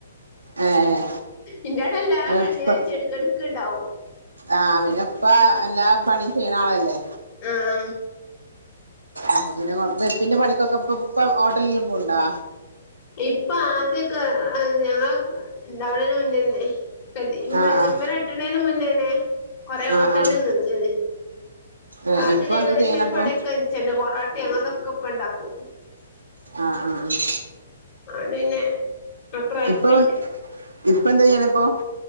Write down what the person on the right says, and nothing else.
ഏഹ്
അപ്പ
ആഹ് അവന ഇപ്പ എല്ലാ പണിയും ചെയ്യണ ആളല്ലേ?
അപ്പൊ പിന്നെ വെപ്പിന്റെ പണിക്കൊക്കെ ഇപ്പ ഹോട്ടൽലും പോകണ്ടോ?
ആഹ് ആഹ്
ആഹ് ആഹ്
ഏഹ്
ഇപ്പൊ
എന്താ ചെയ്യണപ്പൊ
ആഹ് ആഹ്
ഇപ്പൊ ഇപ്പന്താ യ്യ്ണ് പ്പൊ